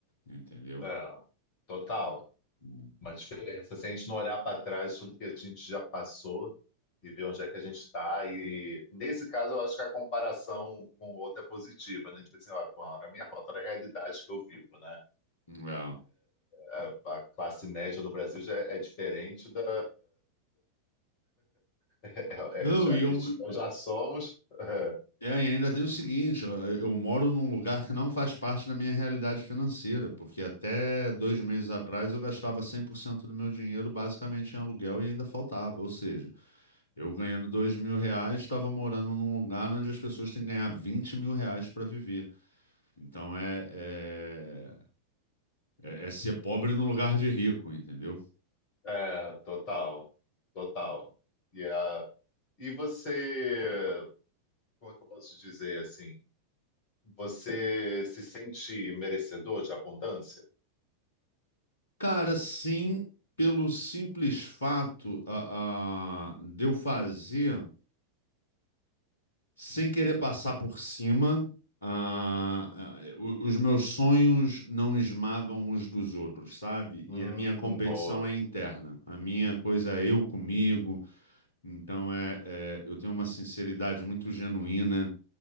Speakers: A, on the left; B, on the left.
A: entendeu?
B: é, total.
A: Hum.
B: Uma diferença. Se a gente não olhar para trás tudo que a gente já passou e ver onde é que a gente está. E nesse caso, eu acho que a comparação com o outro é positiva, né? Tipo assim, olha, bom, a minha foto era a realidade que eu vivo, né?
A: É.
B: A a classe média no Brasil já é é diferente da, É,
A: Não,
B: é, já,
A: e
B: a
A: eu,
B: gente- nós já somos. <laughs>
A: É, e ainda tem o seguinte, eu, eu moro num lugar que não faz parte da minha realidade financeira, porque até dois meses atrás eu gastava 100% do meu dinheiro basicamente em aluguel e ainda faltava. Ou seja, eu ganhando dois mil reais, estava morando num lugar onde as pessoas têm que ganhar 20 mil reais para viver. Então é, é, é, é ser pobre no lugar de rico, entendeu?
B: É, total, total. E, a, e você, como é que eu posso dizer assim? Você se sente merecedor de abundância?
A: Cara, sim, pelo simples fato a, a, de eu fazer. sem querer passar por cima, ah, ah, o- os meus sonhos não esmagam os dos outros, sabe?
B: Hum,
A: E a minha competição
B: boa.
A: é interna. A minha coisa é eu comigo. Então é, é, eu tenho uma sinceridade muito genuína